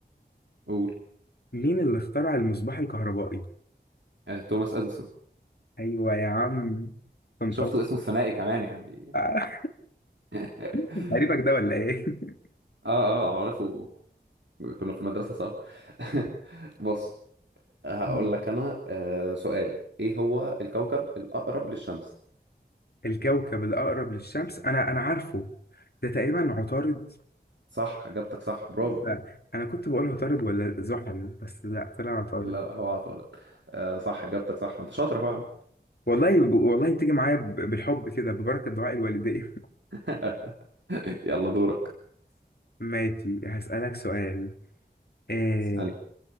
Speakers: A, on the right (about 85°); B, on the left (about 60°).
A: قول
B: مين اللي اخترع المصباح الكهربائي
A: آه توماس أديسون
B: ايوه يا عم طنطاوي
A: شفتوا اسمه الثنائي كمان يعني
B: آه،
A: <laughs>
B: <laughs> قريبك ده ولا ايه <laughs>
A: آه آه أعرفه كنا في المدرسة سوا <laughs> بص هقول
B: مم.
A: لك أنا آه، سؤال إيه هو الكوكب الأقرب للشمس؟
B: الكوكب الاقرب للشمس انا انا عارفه ده تقريبا عطارد
A: صح إجابتك صح برافو
B: لا انا كنت بقول عطارد ولا زحل بس لا طلع عطارد
A: لا لا هو عطارد آه، صح إجابتك صح ما أنت شاطر أهو يا عم
B: والله والله بتيجي معايا ب- بالحب كده ببركة دعاء الوالدين
A: <laughs> يلا دورك
B: <laughs> ماشي هسألك سؤال آه،
A: اسأل